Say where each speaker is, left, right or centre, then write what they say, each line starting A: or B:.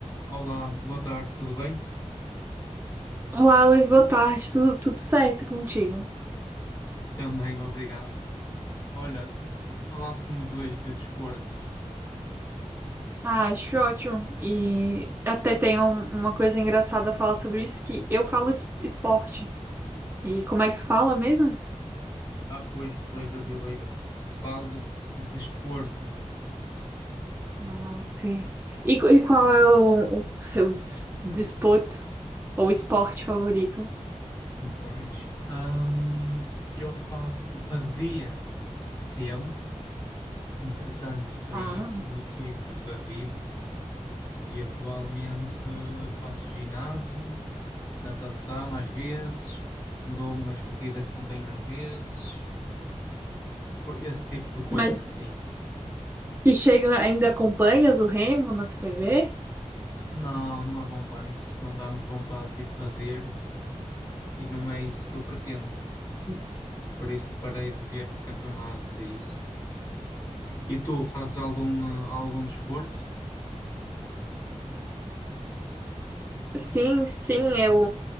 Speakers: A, on the left; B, on the right.
A: Olá, boa tarde, tudo bem?
B: Olá, Luiz, boa tarde. Tudo, tudo certo contigo?
A: Também, obrigado. Olha, e se falássemos hoje de desporto?
B: Ah, acho ótimo. E até tem um- uma coisa engraçada a falar sobre isso, que eu falo es- esporte. E como é que se fala mesmo?
A: Ah, pois tu és brasileira. Falo de desporto.
B: Ah, ok. E, qu- e qual é o, o seu des- desporto ou esporte favorito?
A: Esporte. Ahm, eu faço, fazia remo, entretanto saí
B: Ah,
A: por motivos da vida e atualmente faço ginásio, natação às vezes, dou umas corridas também às vezes, por esse tipo de coisas
B: mas
A: assim.
B: e chega, ainda acompanhas o Remo na TV?
A: Não, não acompanho. Isto Não dá-me vontade de ir fazer e não é isso que eu pretendo. <laughs> Por isso parei de ver campeonatos e isso. E tu, fazes algum, eh, algum desporto?
B: Sim, sim, eu,